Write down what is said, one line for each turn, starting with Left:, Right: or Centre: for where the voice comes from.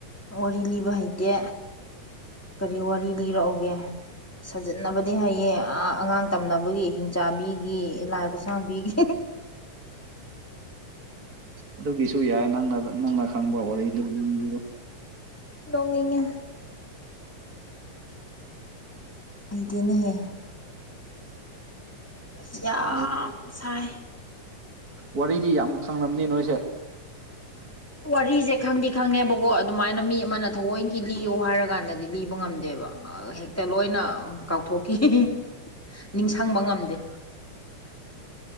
Centre: ꯋꯥꯔꯤ ꯂꯤꯕ ꯍꯩꯇꯦ ꯀꯔꯤ ꯋꯥꯔꯤ ꯂꯤꯔꯛꯎꯒꯦ ꯁꯥꯖꯤꯟꯅꯕꯗꯤ ꯍꯩꯌꯦ ꯑ ꯑꯉꯥꯡ ꯇꯝꯅꯕꯒꯤ ꯍꯤꯡꯆꯥꯕꯤꯒꯤ ꯂꯥꯏꯈꯨꯠꯁꯥꯡ ꯁꯥꯡꯕꯤꯒꯤ
Right: ꯑꯗꯨꯒꯤꯁꯨ ꯌꯥꯏ ꯅꯪꯅ ꯅꯪꯅ ꯈꯪꯕ ꯋꯥꯔꯤꯗꯨ ꯂꯤꯕꯤꯔꫭ
Centre: ꯅꯣꯛꯅꯤꯡꯉꯦ ꯍꯩꯇꯦꯅꯦꯍꯦ ꯑꯁ ꯌꯥ
Right: ꯃꯥ <unintelligible>
Centre: ꯁꯥꯏ
Right: ꯋꯥꯔꯤꯗꯤ ꯌꯥꯝ ꯈꯪꯂꯝꯅꯤ ꯅꯣꯏꯁꯦ
Centre: ꯋꯥꯔꯤꯁꯦ ꯈꯪꯗꯤ ꯈꯪꯉꯦꯕꯀꯣ ꯑꯗꯨꯃꯥꯏꯅ ꯃꯤ ꯑꯃꯅ ꯊꯑꯣꯏꯀꯤ ꯂꯤꯌꯣ ꯍꯥꯏꯔꯀꯥꯟꯗꯗꯤ ꯂꯤꯕ ꯉꯝꯗꯦꯕ ꯍꯦꯛꯇ ꯂꯣꯏꯅ ꯀꯥꯎꯊꯣꯛꯈꯤ ꯍꯤꯍꯤ ꯅꯤꯡꯁꯪꯕ ꯉꯝꯗꯦ